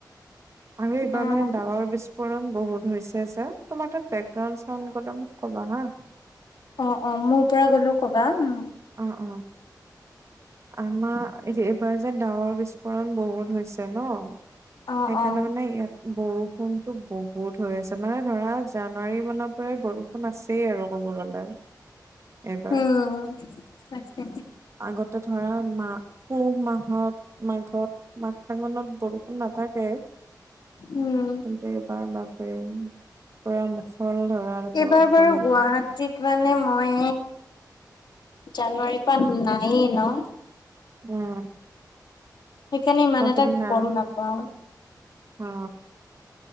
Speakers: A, on the right (about 40°); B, on the left (about 75°).
A: আমি এইবাৰ
B: অ',
A: মানে ডাৱৰ বিস্ফোৰণ ণ বহুত হৈছে যে তোমাৰ তাত বেকগাউড চাউণ্ড গলে মোক ক'বা হা।
B: অ', অ', মোৰ পৰা গ'লো ক'বা উ
A: অ অ আমাৰ এইবাৰ যে ডাৱৰ বিস্ফোৰণ বহুত হৈছে ন!
B: অ',
A: সেইকাৰণে
B: অ',
A: মানে ইয়াত বৰষুণতো বহুত হৈ আছে মানে ধৰা জানুৱাৰী মানৰ পৰাই বৰষুণ আছেই আৰু ক'ব গ'লে। এইবাৰ
B: উম তাকেই
A: আগতে ধৰা মা পুহ মাহত মাঘত মাঘ, ফাগুনত বৰষুণ নাথাকে।
B: উম,
A: কিন্তু এইবাৰ বাপৰে পুৰা মছল ধৰা
B: এইবাৰ
A: বৰষুণ
B: বাৰু
A: একদম
B: গুৱাহাটীত মানে মই জানুৱাৰীৰ পৰা নায়েই ন!
A: উম
B: সেইকাৰণে ইমান
A: অ
B: এটা
A: তুমি নাই
B: গম নাপাওঁ।
A: অ